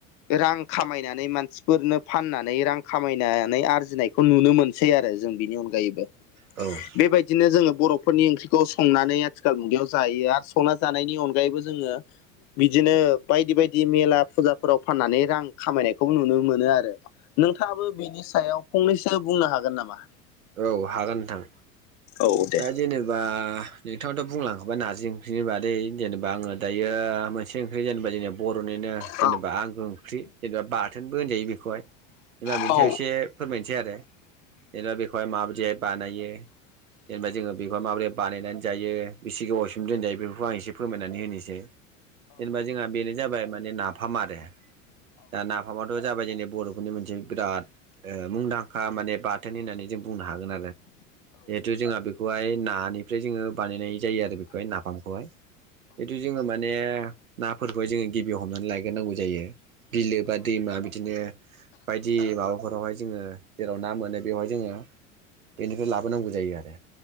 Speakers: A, on the left; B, on the right.
A: रां खामायनानै मानसिफोरनो फाननानै रां खामायनानै आरजिनायखौ नुनो मोनो सै आरो जों बिनि अनगायैबो
B: औ
A: बेबायदिनो जोङो बर'फोरनि ओंख्रिखौ संनानै आथिखाल मुगायाव जायो आरो संना जानायनि अनगायैबो जोङो बिदिनो बायदि बायदि मेला फुजाफोराव फाननानै रां खामायनायखौ नुनो मोनो आरो नोंथाङाबो बेनि सायाव फंनैसो बुंनो हागोन नामा
B: औ हागोन नोंथां
A: औ दे
B: दा जेनेबा नोंथाङाथ' बुंलांखोबाय नारजि ओंख्रिनि बादै जेनेबा आङो दायो मोनसे ओंख्रि जेनेबा जेन बर'निनो जेनेबा
A: औ
B: आंगो ओंख्रि जेनेबा बाथोनबो होनजायो बेखौहाय जेनेबा बिनि
A: औ
B: सायाव एसे फोरमायनोसै आरो जेनेबा बेखौ माबायदिहाय बानायो जेनेबा जों बेखौ माबोरै बानायनानै जायो बेसे गोबावसिम दोनजायो बेफोरखौ आं एसे फोरमायनानै होनोसै जेनेबा जोंहा बेनो जाबाय माने नाफाम आरो दा नाफाम आफामाथ' जाबाय जोंनि बर'फोरनि मोनसे बिराद मुंदांखा माने बाथोन होननानै जों बुंनो हागोन जों बेखौहाय ओमफ्राय जोङो बानायनाय जायो आरो बेखौहाय नाफामखौहाय जेथु जोङो माने नाफोरखौहाय जोङो गिबियाव हमनानै लायग्रोनांगौ जायो बिलो बा दैमा बिदिनो बायदि माबाफोरावहाय जोङो जेराव ना मोनो बेवहाय जोङो बेनिफ्राय लाबोनांगौ जायो आरो